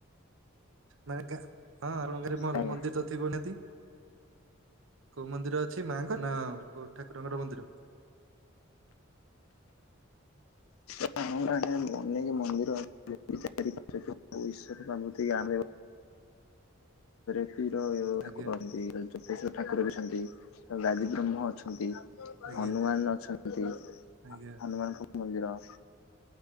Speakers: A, on the right; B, on the left.
A: ମାନେ ଗାଁ ହଁ ଆମ ଗାଁ
B: ଆଜ୍ଞା
A: ମନ୍ଦିର ତ ଥିବ ନାତି କୋଉ ମନ୍ଦିର ଅଛି ମାଙ୍କ ନା କୋଉ ଠାକୁରଙ୍କର ମନ୍ଦିର?
B: ଅନେକ ମନ୍ଦିର ଅଛି ୃତିଛନ୍ତି ତାପରେ <unintelligible> କ୍ଷୀର, <unintelligible> ଠାକୁର
A: ଆଜ୍ଞା।
B: ଅନ୍ତି ଯତେଶଵର ଠାକୁର ବି ଅଛନ୍ତି ଗାଲି ବ୍ରହ୍ମ ଅଛନ୍ତି
A: ଆଜ୍ଞା
B: ହନୁମାନ ଅଛନ୍ତି।
A: ଆଜ୍ଞା
B: ହନୁମାନଙ୍କ ମନ୍ଦିର।